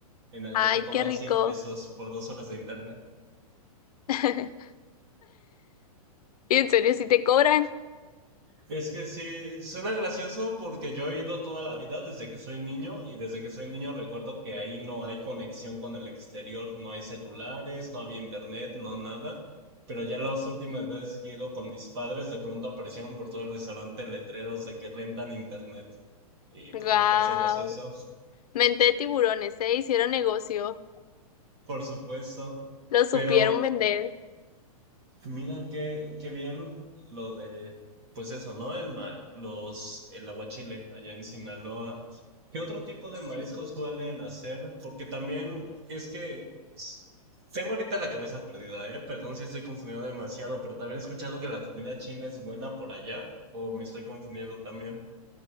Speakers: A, on the right (about 40°); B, on the left (about 75°).
A: en el
B: Ay,
A: que te cobran
B: qué rico.
A: 100 pesos por dos horas de internet.
B: <laughs> Y en serio, sí te cobran.
A: Es que sí, suena gracioso porque yo he ido toda la vida desde que soy niño y desde que soy niño recuerdo que ahí no hay conexión con el exterior, no hay celulares, no había internet, no nada. Pero ya las últimas veces que he ido con mis padres, de pronto aparecieron por todo el restaurante letreros de que rentan internet. Y
B: Wow.
A: pues me parece gracioso,
B: Mente de tiburones, ¿eh? Hicieron negocio.
A: por supuesto.
B: Lo supieron
A: Pero
B: vender.
A: Mira qué, qué bien lo de, pues eso, ¿no? El ma- los, el aguachile allá en Sinaloa. ¿Qué otro tipo
B: Sí.
A: de mariscos suelen hacer? Porque también es que s- tengo ahorita la cabeza perdida, ¿eh? Perdón si estoy confundido demasiado, pero también he escuchado que la comida china es buena por allá, o me estoy confundiendo también.